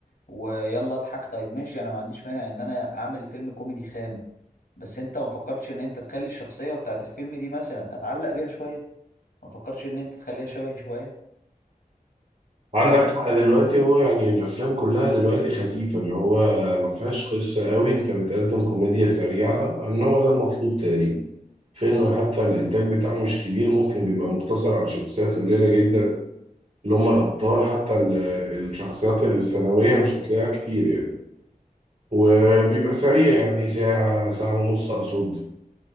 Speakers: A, on the left; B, on the right.
A: ويلا اضحك طيب ماشي انا ما عنديش مانع ان انا اعمل فيلم كوميدي خام بس انت ما فكرتش ان انت تخلي الشخصية بتاعت الفيلم دي مثلا اتعلق بيها شوية ما فكرتش ان انت تخليها شبهي شوية
B: عندك
A: بس
B: حق دلوقتي هو يعني الافلام كلها دلوقتي خفيفه اللي هو ما فيهاش قصه قوي انت بتقدم كوميديا سريعه ان هو ده المطلوب تقريبا فيلم حتى الانتاج بتاعه مش كبير ممكن بيبقى مقتصر على شخصيات قليله جدا اللي هم الابطال حتى ال- الشخصيات الثانويه مش هتلاقيها كتير يعني وبيبقى سريع يعني ساعه ساعه ونص اقصد